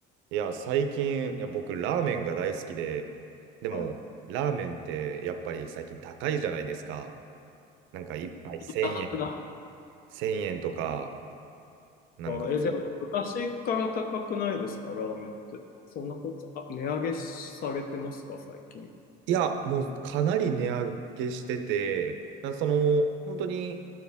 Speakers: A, on the right; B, on the left.
A: いや、最近、いや、僕、ラーメンが大好きで、でも、
B: はい。
A: ラーメンって、やっぱり最近高いじゃないですか。なんか、一杯1 0円、
B: 高くな
A: 1000円とか、なんか、
B: あ、え、でも昔から高くないですか、ラーメンって。そんなこと、あ、値上げされてますか、最近。
A: いや、もう、かなり値上げしてて、なその、本当に、